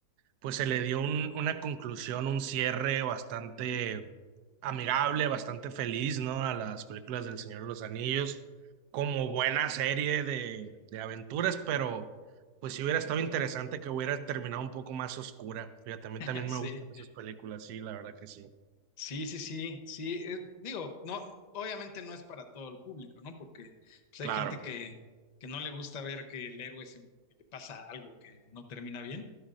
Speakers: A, on the right; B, on the left.
A: pues se le dio un- una conclusión, un cierre bastante amigable, bastante feliz, ¿no? A las películas del Señor de los Anillos, como buena serie de, de aventuras, pero pues sí hubiera estado interesante que hubiera terminado un poco más oscura. Fíjate, a mí
B: <laughs>
A: también
B: Sí.
A: me gustan esas películas, sí, la verdad que sí.
B: Sí, sí, sí, sí. eh, digo, no, obviamente no es para todo el público, ¿no? Porque pues, hay
A: Claro,
B: gente que, que no le gusta ver que el héroe se, que le pasa algo que no termina bien.